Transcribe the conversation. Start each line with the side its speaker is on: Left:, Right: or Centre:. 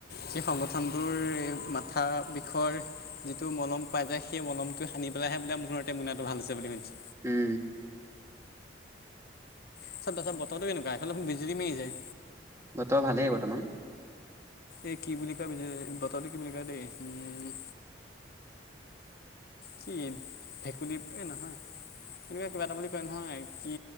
Left: সেই সংগঠনটোৰ মাথা বিষয়ৰ যিটো মলম পাই যায় সেই মলমটোোৱে সানি পেলাই- সে ব বোলে মূৰতে মোনাটো ভাল হৈছে বুলি শুনচ-
Right: উম-
Left: চ তছত বতৰটো কেনেকুৱা এইফালে খুন বিজুলী মায়ী ছে-
Right: বতৰ ভালেই বৰ্তমান
Left: এই কি বুলি কৈ বিজ জ বতউটো কি বুলি ক দেই উম কি ভেকুলী প এ নহয়। কেনেকুৱা কিবা এটা বুলি কয় নহয় কি